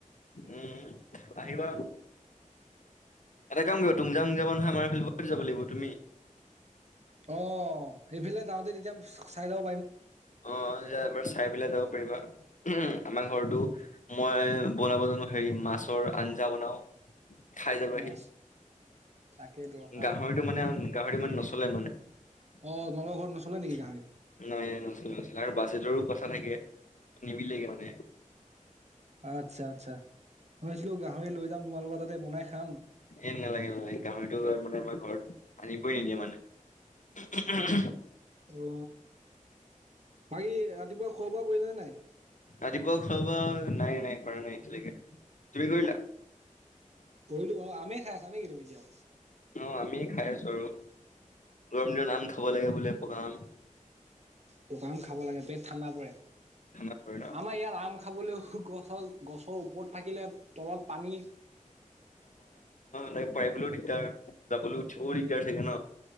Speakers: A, on the left (about 70°); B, on the right (about 55°).
A: উম আহিবা এটা কাম কৰিব তুমামা যাব নয় আমাৰ ফ্বত যাব লাগিব তুমি
B: অ এইফালে যাওঁতে তেতিয়া চাই লওঁ
A: অ এবাৰ চাই পেলাই যাব পাৰিবা আমাৰ ঘৰতো মই বনাব জানো হেৰি মাছৰ আঞ্জা বনাও খাই য পাৰি
B: মাছ তাকেইতো ৰখা
A: গাহৰিটো মানে গাহৰিটো মানে নচলে মানে নাই
B: অঁ তোমালোকৰ ঘৰত নচলে নেকি গাহৰি
A: নাই নচছিল আৰু বছি জৰু পচা থাকে নিমিলেগে মানে
B: আচ্ছা আচ্ছা ভইিছিলো গাহৰি লৈ যাম তোমালোকৰ তাতে বনাই খাম
A: এন নালাগেনালাগ কাম মানে আমাৰ ঘৰত আনিবই নিদিয়ে মানে
B: অ বাকী ৰাতিপুৱা খোৱা বোৱা কৰিলে নে নাই
A: ৰাতিপুৱা খোৱাাবা নাই নাই কৰা নাই এতিয়ালৈকে তুমি কৰিলা
B: কলো ব আমে খাইছা নেকি তুমি এতিয়াও
A: অ আমি খাই আছো আৰু গৰমজ নাম খাব লাগে বোলে পকাম
B: পকা আম খাব লাগে পেট ঠাণ্ডা পৰে
A: ঠাণ্ডা পৰে ন
B: আমাৰ ইয়াত আম খাবলৈও গছত গছৰ ওপৰত থাকিলে তলত পানী
A: ত পাৰলৈ দিগদাৰ যাবলৈ উও দিগদাৰ চেইাগে ন